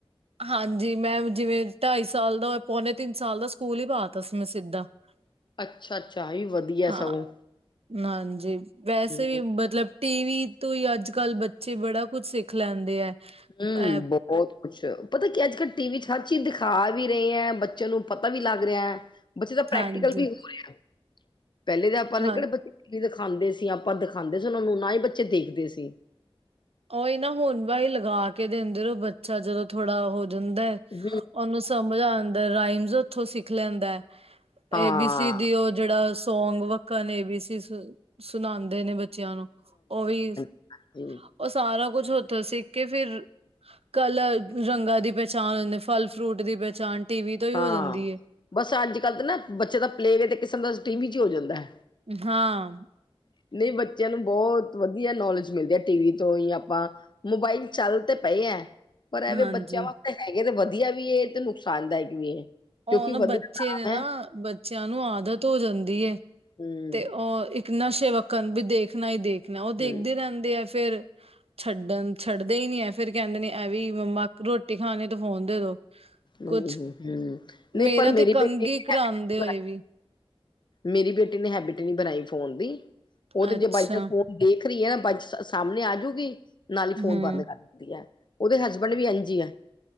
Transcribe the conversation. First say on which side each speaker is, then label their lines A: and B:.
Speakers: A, on the right; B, on the left.
A: ਹਾਂਜੀ ਮੈਂ ਜਿਵੇਂ ਢਾਈ ਸਾਲ ਦਾ ਪੌਨ ਤਿੰਨ ਸਾਲ ਦਾ ਸਕੂਲ ਹੀ ਪਾ ਤਾ ਸੀ ਮੈਂ ਸਿੱਧਾ <inaudible>
B: ਅੱਛਾ ਅੱਛਾ ਇਹ ਵੀ ਵਧੀਆ
A: ਹਾਂ
B: ਸਗੋਂ
A: ਹਾਂਜੀ ਵੈਸੇ
B: ਹਮ,
A: ਵੀ ਮਤਲਬ ਟੀਵੀ ਤੋਂ ਹੀ ਅੱਜ ਕੱਲ ਬੱਚੇ ਬੜਾ ਕੁਝ ਸਿੱਖ ਲੈਂਦੇ ਐ।
B: ਹੂੰ
A: ਐ
B: ਬਹੁਤ ਕੁਛ ਪਤਾ ਕੀ ਅੱਜ ਕੱਲ ਟੀ ਵੀ 'ਚ ਹਰ ਚੀਜ਼ ਦਿਖਾ ਵੀ ਰਹੇ ਹੈ ਬੱਚਿਆਂ ਨੂੰ ਪਤਾ ਵੀ ਲੱਗ ਰਿਹਾ ਹੈ। ਬੱਚੇ ਦਾ ਪ੍ਰੈਕਟੀਕਲ
A: ਹਾਂਜੀ,
B: ਵੀ ਹੋਇਆ। ਪਹਿਲੇ ਤਾਂ ਆਪਾਂ ਨੇ
A: ਹਾਂ
B: ਕਿਹੜੇ ਬੱਚੇ ਵੀ ਦਿਖਾਉਂਦੇ ਸੀ, ਆਪਾਂ ਦਿਖਾਉਂਦੇ ਸੀ, ਉਹ ਨੂੰ ਨਾ ਹੀ ਬੱਚੇ ਦੇਖਦੇ ਸੀ।
A: ਓਹੀ ਨਾ ਹੁਣ ਬਾਈ ਲਗਾ ਕੇ ਦਿੰਦੇ ਰਹੋ ਬੱਚਾ ਜਦੋਂ ਥੋੜਾ ਹੋ ਜਾਂਦਾ।
B: ਹੂੰ
A: ਉਹਨੂੰ ਸਮਝ ਆਉਂਦਾ ਰਾਈਮਸ ਉੱਥੋਂ ਸਿੱਖ ਲੈਂਦਾ।
B: ਹਾਂ
A: ਏ ਬੀ ਸੀ ਡੀ ਉਹ ਜਿਹੜਾ ਸੌਂਗ ਵਕਨ ਏ ਬੀ ਸੀ ਸੁਣਾਉਂਦੇ ਨੇ ਬੱਚਿਆਂ ਨੂੰ ਉਹ ਵੀ
B: ਹਾਂਜੀ
A: ਉਹ ਸਾਰਾ ਕੁੱਛ ਉੱਥੇ ਸਿੱਖ ਕੇ ਫਿਰ ਕਲ ਰੰਗਾਂ ਦੀ ਪਹਿਚਾਣ ਹੁੰਦੀ ਫਲ ਫਰੂਟ ਦੀ ਪਹਿਚਾਣ ਟੀ ਵੀ ਤੋਂ ਹੀ
B: ਹਾਂ।
A: ਹੋ ਜਾਂਦੀ ਏ।
B: ਬਸ ਅੱਜ ਕੱਲ ਤਾਂ ਨਾ ਬੱਚੇ ਦਾ ਪਲੇਵੇ ਤੇ ਕਿਸਮ ਦਾ ਟੀ ਵੀ ਚ ਹੋ ਜਾਂਦਾ।
A: ਹਾਂ
B: ਨਹੀਂ ਬੱਚਿਆਂ ਨੂੰ ਬਹੁਤ ਵਧੀਆ ਨੋਲੇਜ ਮਿਲਦੀ ਆ ਟੀ ਵੀ ਤੋਂ ਹੀ ਆਪਾਂ ਮੋਬਾਈਲ ਚੱਲ ਤੇ ਪਏ ਐ। ਪਰ ਐਵੇਂ
A: ਹਾਂਜੀ
B: ਬੱਚਿਆਂ ਵਾਸਤੇ ਹੈਗੇ ਤੇ ਵਧੀਆ ਵੀ ਤੇ ਨੁਕਸਾਨਦਾਇਕ ਵੀ ਏ।
A: ਹੋਣ
B: ਕਿਉਂਕਿ ਵਧੀਆ
A: ਬੱਚੇ
B: ਕਾਮ
A: ਨੇ ਨਾ
B: ਹੈ
A: ਬੱਚਿਆਂ ਨੂੰ ਆਦਤ ਹੋ ਜਾਂਦੀ ਹੈ
B: ਹੂੰ
A: ਤੇ ਉਹ ਇੱਕ ਨਸ਼ੇ ਵੱਕਨ ਵੀ ਦੇਖਨਾ ਹੀ ਦੇਖ ਉਹ
B: ਹੂੰ
A: ਦੇਖਦੇ ਰਹਿੰਦੇ ਆ ਫੇਰ ਛੱਡਣ ਛੱਡਦੇ ਹੀ ਨੀ ਹੈ ਫੇਰ ਕਹਿੰਦੇ ਨੇ ਐਵੇਂ ਮੰਮਾ ਰੋਟੀ ਖਾਣੀ ਤੇ ਫੋਨ ਦੇ ਦੋ। ਕੁਛ
B: ਹੂੰ-ਹੂੰ, ਹੂੰ ਨਹੀਂ
A: ਮੇਰਾ
B: ਪਰ ਮੇਰੀ
A: ਤੇ ਕੰਘੀ
B: ਬੇਟੀ
A: ਕਰਾਉਂਦੇ
B: ਐਵੇਂ
A: ਹੋਏ ਵੀ
B: <inaudible> ਮੇਰੀ ਬੇਟੀ ਨੇ ਹੈਬਿਟ ਨੀ ਬਣਾਈ ਫੋਨ ਦੀ ਉਹ
A: ਅੱਛਾ,
B: ਤੇ ਜੇ ਬਾਈ ਚਾਂਸ ਫੋਨ ਦੇਖ ਰਹੀ ਹੈ ਨਾ ਬਜ ਸਾਹਮਣੇ ਆਜੂਗੀ ਨਾਲ ਹੀ ਫੋਨ
A: ਹੂੰ,
B: ਬੰਦ ਕਰ ਉਹਦੇ ਹਸਬੈਂਡ ਵੀ ਇੰਝ ਆ।